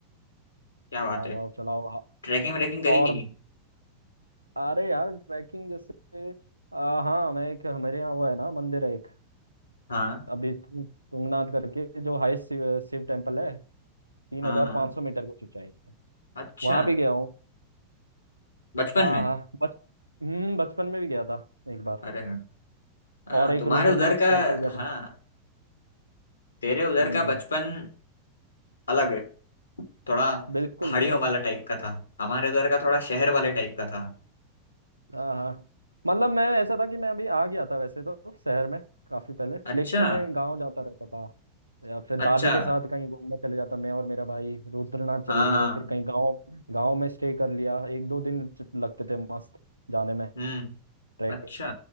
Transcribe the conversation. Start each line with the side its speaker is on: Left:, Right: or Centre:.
Left: क्या बात
Right: नाव
Left: है
Right: वाव चलाओ
Left: ट्रैकिंग व्रेकिंग करी
Right: और
Left: कि नहीं
Right: अरे यार ट्रैकिंग जैसे आ, हाँ मैं एक हमारे यहाँ वो है ना मंदिर है एक
Left: हाँ
Right: अभी तुंग- तुंगनाथ करके जो हाईएस्ट शिव, शिव टेम्पल है तीन
Left: हाँ
Right: हजार
Left: हाँ
Right: पाँच सौ मीटर की ऊंचाई है
Left: अच्छा
Right: वहाँ भी गया हूँ
Left: बचपन
Right: हाँ
Left: में
Right: हाँ बच हम्म बचपन में भी गया था एक बार
Left: अरे हाँ
Right: और एक
Left: तुम्हारे
Right: रुद्रनाथ
Left: उधर का
Right: टेम्पल गया था
Left: हाँ तेरे उधर
Right: हम्म
Left: का बचपन अलग है थोड़ा
Right: बिल्कुल
Left: पहाड़ियों
Right: भाई
Left: वाला टाइप का था हमारे उधर का थोड़ा शहर वाले टाइप का था
Right: हाँ हाँ मतलब मैं ऐसा था कि मैं अभी आ गया था वैसे तो शहर में काफी पहले
Left: अच्छा
Right: लेकिन मैं गांव जाता रहता था या फिर
Left: अच्छा
Right: दादी के साथ कहीं घूमने चले जाता मैं और मेरा भाई रुद्रनाथ चले
Left: हाँ
Right: गए
Left: हाँ,
Right: फिर कहीं गांव गांव में स्टे कर लिया एक दो दिन च- लगते थे मस्त जाने में
Left: हम्म
Right: ट्रैकिंग
Left: अच्छा